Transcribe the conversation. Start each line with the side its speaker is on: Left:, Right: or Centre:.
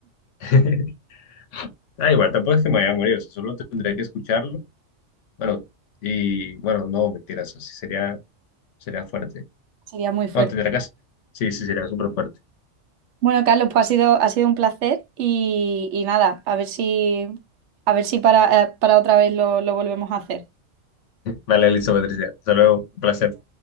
Left: <laughs> Ah, igual tampoco es que me vaya a morir, o sea, solo tendría que escucharlo. Bueno, y bueno, no, mentiras, así sería, sería fuerte.
Right: Sería muy fuerte.
Left: No, tendría que, sí, sí, sería súper fuerte.
Right: Bueno, Carlos, pues ha sido, ha sido un placer y, y nada, a ver si, a ver si para, eh, para otra vez lo lo volvemos a hacer.
Left: Vale, Elizabeth, Patricia, hasta luego, un placer.